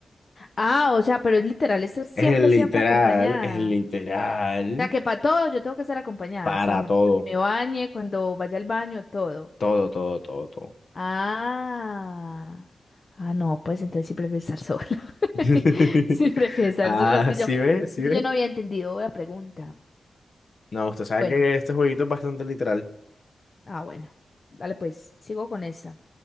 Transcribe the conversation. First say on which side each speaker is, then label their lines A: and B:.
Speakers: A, on the left; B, on the left.
A: Ah, o sea, pero es literal, estar siempre,
B: Es literal,
A: siempre acompañada.
B: es literal.
A: O sea, que para todo yo tengo que estar acompañada.
B: Para
A: Hasta m-
B: todo,
A: cuando me bañe, cuando vaya al baño, todo.
B: todo, todo, todo, todo.
A: Ah. Ah, no, pues entonces sí prefiero estar sola. <laughs>
B: <laughs>
A: Sí prefiero estar
B: Ah,
A: sola. Es que
B: ¿sí
A: yo,
B: ve? ¿Sí
A: es que
B: ve?
A: yo no había entendido la pregunta.
B: No, usted sabe
A: Bueno.
B: que este jueguito es bastante literal.
A: Ah, bueno. Dale, pues, sigo con esta.